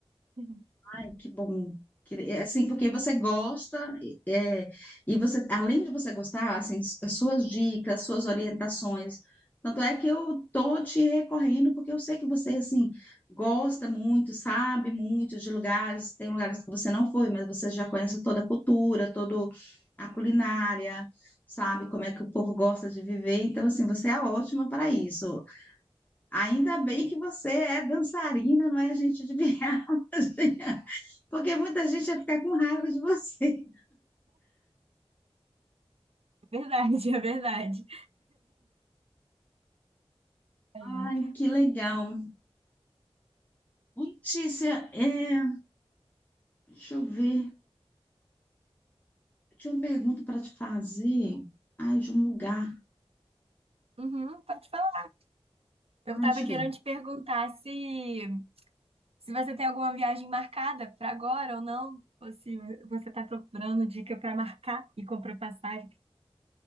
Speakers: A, on the right (about 65°); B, on the left (about 15°).
A: <laughs>
B: Ai, que bom. Que- é, Assim, porque você gosta, e- é, e você, além de você gostar, assim, as suas dicas, suas orientações. Tanto é que eu tô te recorrendo, porque eu sei que você, assim, gosta muito, sabe muito de lugares. Tem lugares que você não foi, mas você já conhece toda a cultura, toda a culinária, sabe como é que o povo gosta de viver. Então, assim, você é ótima para isso. Ainda bem que você é dançarina, não é agente de viagem. <laughs> Porque muita gente ia ficar com raiva de você.
A: É Verdade, é verdade. Ai,
B: <laughs> Ai,
A: ai.
B: que legal. Ô, Letícia, é, deixa eu ver. Eu tinha uma pergunta para te fazer. Ai, de um lugar.
A: Uhum, pode falar. Eu
B: Ai,
A: tava
B: deixa eu
A: querendo
B: ver.
A: te perguntar se Se você tem alguma viagem marcada para agora ou não, ou se você está procurando dica para marcar e comprar passagem.